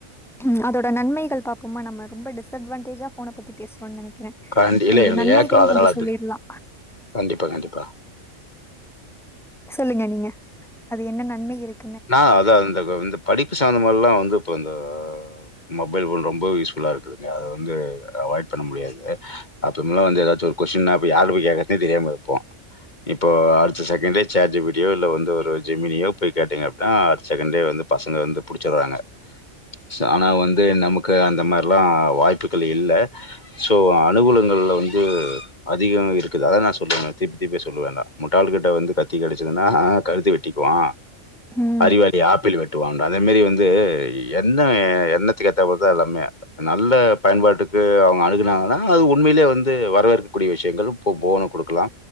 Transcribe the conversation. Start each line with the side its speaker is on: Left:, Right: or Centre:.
Centre: ம் அதோட நன்மைகள் பாப்போமா நம்ம ரொம்ப டிஸ்அட்வான்டேஜா போன பத்தி பேசுறோன்னு நெனைக்கற
Left: கண்டி இல்ல
Centre: அதோட
Left: எனக்கு
Centre: நன்மைகளு
Left: ஏக்கம் அதனால
Centre: கொஞ்சோ
Left: அது.
Centre: சொல்லிறளா
Left: கண்டிப்பா கண்டிப்பா
Centre: சொல்லுங்க நீங்க அது என்ன நன்மை இருக்
Left: நா அதா அந்த இந்த படிப்பு சமந்தமாளா வந்து இப்ப இந்த மொபைல் போன் ரொம்ப யூஸ் ஃபுல்லா இருக்குதுங்க அது வந்து அவாய்ட் பண்ண முடியாது அப்பமெல்லா வந்து ஏதாச்சு ஒரு கொஸ்டின்னா அப்ப யார்ட போய் கேக்கறதே தெரியாம இருப்போ இப்போ அடுத்த செகண்ட்டே சேட் ஜிபிடியோ இல்ல வந்து ஒரு ஜெமீனியோ போய் கேட்டீங்க அப்டின்னா அடுத்த செகண்டே வந்து பங்க வந்து புடிச்சட்றாங்க சோ ஆனா வந்து நமக்கு அந்த மார்லா வாய்ப்புக்கள் இல்ல சோ அனுகூலங்கள்ல வந்து அதிகோ இருக்குது அத நா சொல்லுவ திருப்பி திருப்பி சொல்ல வேண்டா முட்டாள கிட்ட வந்து கத்தி கெடச்சதுன்னா ஆ கழுத்த வெட்டிக்குவா
Centre: ம்
Left: அறிவாளி ஆப்பிள் வெட்டுவான்டா அதே மாரி வந்து என்ன எண்ணத்துக்கு ஏத்த போலதா எல்லாமே நல்ல பயன்பாட்டுக்கு அவுங்க அணுகுனாங்கன்னா அது உண்மைலே வந்து வரவேற்கக்கூடிய விஷயங்களு அப்போ போன குடுக்லா